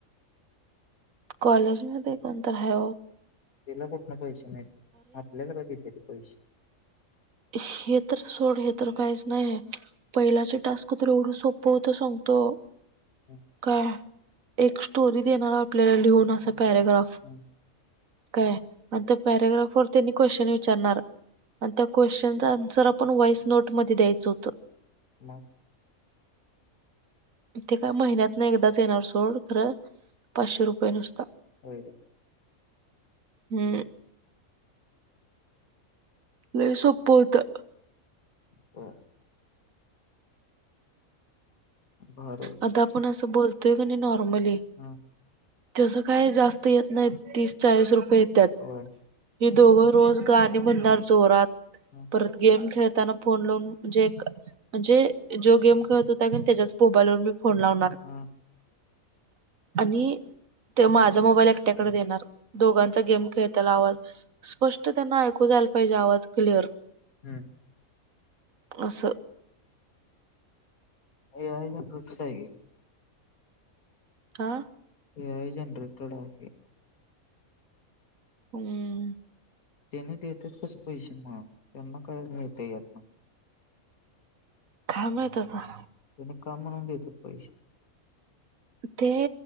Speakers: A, on the right; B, on the left.
A: कॉलेज मध्ये कोणत ह
B: तिला कुठन पैसे नाही आपल्याला बेत पैसे
A: हे तर सोड हे तर काहीच नाही आहे पहिलाचे टास्क तु एवढं सोपं होत सांग तो
B: हम्म
A: काय एक स्टोरी देणार आपल्याला लिहून असं पॅराग्राफ
B: हम्म
A: काय अ पॅराग्राफ वरतीनी क्वेशचन विचारणार अ क्वेश्चनचा आन्सर आपण व्हॉइस नोट म द्यायचं होतं
B: म. <inaudible>
A: ते काय महिन्यात ना एकदाच येणार सोड खरं पाचशे रुपये नुसता.
B: होय काय?
A: <inaudible> हम्. लई सोप होत.
B: ह. भारी
A: आता आपण असं बोलतोय क नाही नॉर्मली
B: हम्म
A: तस काही जास्त येत नाही तीस चाळीस रुपये येत्यात.
B: होय
A: हि दोघं रोज गाणी म्हणणार जोरात
B: हा
A: परत गेम खेळ फोन लाून म्हणे म्हणजे जो गेम खेळत होता कनी त्याच्याच मोबाईलवर फोन लावणार.
B: हा
A: आणि ते माझा मोबाईल एकट्याकडे देणार दोघांचा गेम खेळतायला आवाज स्पष्ट त्यांना ऐकू जा यला पाहिजे आवाज क्लीअर.
B: हम्म.
A: असं <inaudible>
B: ए आय नेमक कसं आहे हे?
A: हा.
B: ए आय जनरेटड आहे.
A: हम्म.
B: त्यांनी देतात कसे पैसे म त्यांना काय मिळतंय ह्यातन?
A: काय माहित आता?
B: त्याने काम म्हणून देतात पैसे.
A: ते